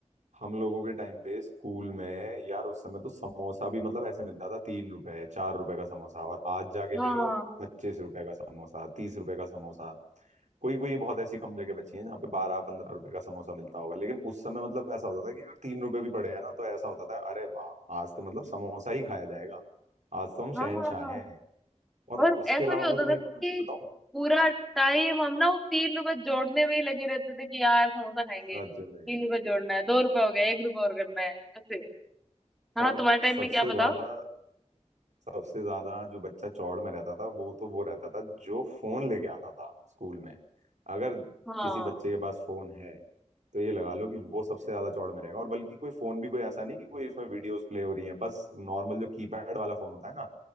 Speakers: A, on the right (about 80°); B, in the centre.
A: हम लोगों के टाइम पे स्कूल में यार उस समय तो समोसा भी मतलब ऐसे मिलता था तीन रुपए चार रुपए का समोसा और आज जाके
B: हाँ
A: ले लो
B: हाँ
A: पच्चीस रुपए का समोसा तीस रुपए का समोसा कोई कोई बहुत ऐसी कम जगह बची है जहाँ पे बारह पंद्रह रुपए का समोसा मिलता होगा लेकिन उस समय मतलब ऐसा होता था कि अगर तीन रुपए भी पड़े हैं ना तो ऐसा होता था अरे वाह आज तो मतलब समोसा ही खाया जाएगा आज तो हम शहनशाह
B: हाँ हाँ हाँ।
A: हैं और
B: और
A: उसके
B: ऐसा
A: अलावा
B: भी होता
A: मैं तुम्हें
B: था ना
A: एक और
B: कि
A: चीज बताऊं
B: पूरा टाइम हम ना वो तीन रुपए जोड़ने में ही लगे रहते थे कि यार समोसा खाएंगे
A: सच
B: तीन
A: में
B: रुपए जोड़ना है दो रुपए हो गया एक रुपए और करना है ऐसे हाँ
A: और
B: तुम्हारे टाइम
A: सबसे
B: में क्या
A: ज्यादा
B: बताओ
A: सबसे ज्यादा जो बच्चा चौड़ में रहता था वो तो वो रहता था जो फोन लेके आता था स्कूल में अगर
B: हाँ
A: किसी बच्चे के पास फोन है तो ये लगा लो कि वो सबसे ज्यादा चौड़ में रहेगा और बल्कि कोई फोन भी कोई ऐसा नहीं कि कोई उसमें वीडियोस प्ले हो रही है बस नॉर्मल जो कीपैड वाला फोन होता है ना